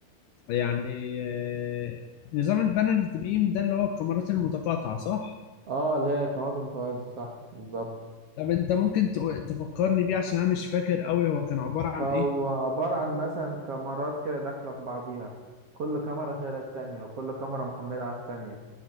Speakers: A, on the left; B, on the right.
A: يعني آه، نظام البانل بيم ده اللي هو الكاميرات المتقاطعه صح
B: اه اللي هي الكاميرات المتوازية صح بالظبط
A: طب انت ممكن تق- تفكرني بيه عشان انا مش فاكر قوي هو كان عباره عن
B: أو
A: ايه
B: عبارة عن مثلا كاميرات كده داخلة في بعضيها كل كاميرا شايلة التانية وكل كاميرا محملة على التانية